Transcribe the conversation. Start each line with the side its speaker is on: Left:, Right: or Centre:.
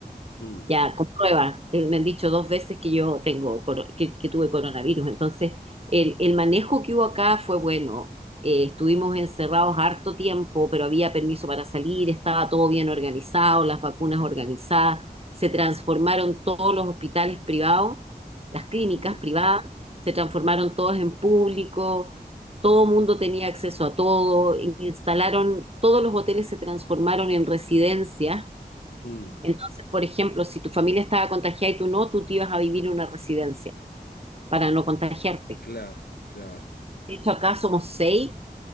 Left: mm,
Right: Ya, comprueba. Eh, Me han dicho dos veces que yo tengo, coro- que, que tuve coronavirus. Entonces, el, el manejo que hubo acá fue bueno. Eh, estuvimos encerrados harto tiempo, pero había permiso para salir, estaba todo bien organizado, las vacunas organizadas. Se transformaron todos los hospitales privados, las clínicas
Left: mm,
Right: privadas, se transformaron todas en público. Todo mundo tenía acceso a todo. Instalaron, todos los hoteles se transformaron en residencias
Left: mm,
Right: entonces, por ejemplo, si tu familia estaba contagiada y tú no, tú te ibas a vivir en una residencia para no contagiarte.
Left: claro, claro,
Right: De hecho, acá somos seis,